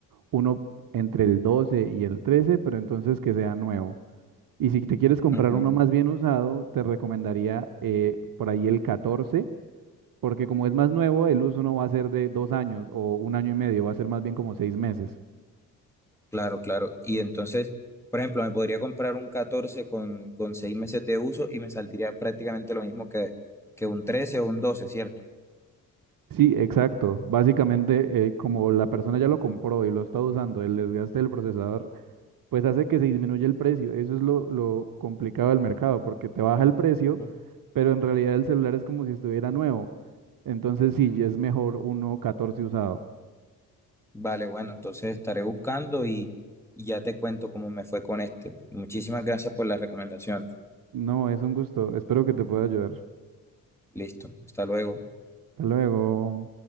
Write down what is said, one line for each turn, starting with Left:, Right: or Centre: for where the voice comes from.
Right: uno entre el 12 y el 13, pero entonces que sea nuevo. Y si te quieres comprar
Centre: Ujú,
Right: uno más bien usado, te recomendaría eh, por ahí el 14, porque como es más nuevo, el uso no va a ser de dos años o un año y medio, va a ser más bien como seis meses.
Centre: Claro, claro. Y entonces, por ejemplo, me podría comprar un 14 con, con 6 meses de uso y me saldría prácticamente lo mismo que, que un 13 o un 12, ¿cierto?
Right: Sí, exacto. Básicamente, eh, como la persona ya lo compró y lo está usando, el desgaste del procesador, pues hace que se disminuya el precio. Eso es lo, lo complicado del mercado, porque te baja el precio,
Centre: Ujú.
Right: pero en realidad el celular es como si estuviera nuevo. Entonces, sí, ya es mejor uno 14 usado.
Centre: Vale, bueno, entonces estaré buscando y, y ya te cuento cómo me fue con este. Muchísimas gracias por las recomendaciones.
Right: No, es un gusto. Espero que te pueda ayudar.
Centre: Listo, hasta luego.
Right: Hasta luego.